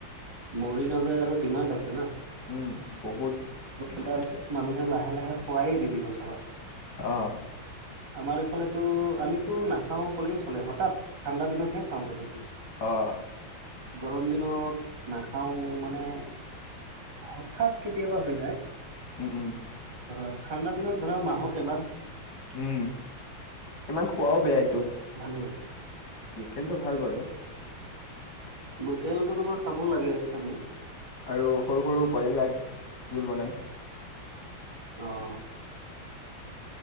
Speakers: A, on the right; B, on the left.
A: মৰি নাযায় আৰু ডিমাণ্ড আছে না।
B: উমঁ! বহুত
A: ব্ৰইলাৰ
B: ডিমাণ্ড আছে
A: মানুহে লাহে লাহে খোৱাই এৰি দিব চাবা।
B: অঁ!
A: আমাৰ এইফালতো আমিতো নাখাও ক'লেই চলে হঠাৎ। ঠাণ্ডা দিনতে খাওঁ তথাপি।
B: অঁ!
A: গৰম দিনত নাখাওঁ মানে হঠাৎ কেতিয়াবা হৈ যায়।
B: উমঁ উমঁ!
A: ধৰা ঠাণ্ডা দিনত ধৰা মাহত এবাৰ
B: উমঁ! ইমান খোৱাও বেয়া সেইটো।
A: ভালে
B: লোকেলটো ভাল বাৰু।
A: লোকেলটো তোবা খাব লাগে আমি।
B: আৰু সৰু সৰু পোৱালিবিলাক জোল বনায়।
A: অঁ!